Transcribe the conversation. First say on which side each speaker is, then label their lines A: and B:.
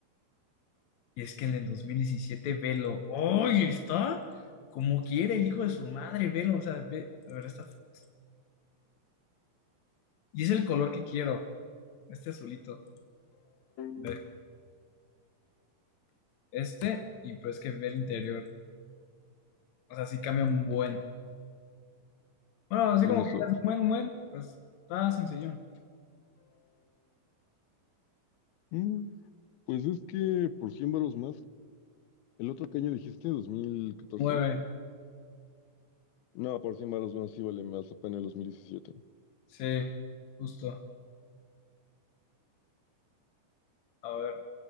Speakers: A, on the left; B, on the left.
A: Y es que en el dos mil diecisiete Velo, ¡ay! Está como quiere el hijo de su madre, Velo. O sea, ve, a ver esta foto. Y es el color que quiero, este azulito. Ve, Este, y pues que ve el interior. O sea, sí cambia un buen. Bueno, así
B: Vamos
A: como que es
B: a ver.
A: un buen, un buen, pues está sencillón.
B: Mm, pues es que por 100 varos más. ¿El otro que año dijiste? ¿2014?
A: Nueve,
B: No, por 100 varos más sí vale más apenas el 2017.
A: sí, justo. A ver.